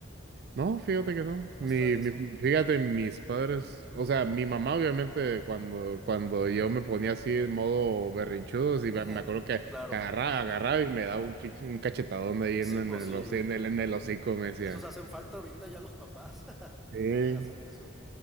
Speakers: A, on the right (about 50°); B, in the centre.
A: No, fíjate que no.
B: Hasta
A: Mi,
B: eso.
A: mi- fíjate, mis padres, o sea, mi mamá obviamente cuando, cuando yo me ponía así en modo berrinchudo, sí, me
B: Ujú,
A: me acuerdo que
B: Claro.
A: agarraba, agarraba y me daba un, pinche- un cachetadón ahí
B: Sí,
A: en, en
B: posible.
A: el, hoci- en el, en el hocico, me decía.
B: Esos hacen falta ahorita ya los papás <laughs>
A: Sí.
B: a- hacer eso.